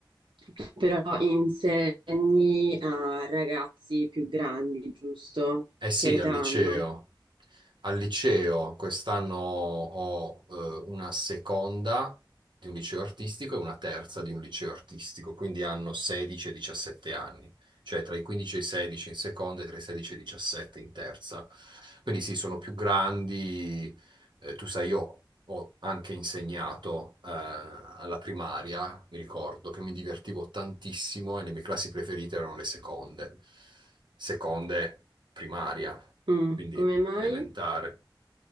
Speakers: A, on the right (about 80°); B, on the right (about 65°).
A: Tu Però insegni a ragazzi più grandi, giusto?
B: Eh sì,
A: Che età
B: al liceo.
A: hanno?
B: Al liceo quest'anno ho eh, una seconda di un liceo artistico e una terza di un liceo artistico, quindi hanno 16 e 17 anni, cioè tra i 15 e i 16 in seconda e tra i 16 e i 17 in terza. Quindi sì, sono più grandi. Eh, tu sai, io ho anche insegnato eh, alla primaria, mi ricordo che mi divertivo tantissimo e le mie classi preferite erano le seconde, seconde primaria.
A: Mm,
B: Quindi
A: Come mai?
B: elementare,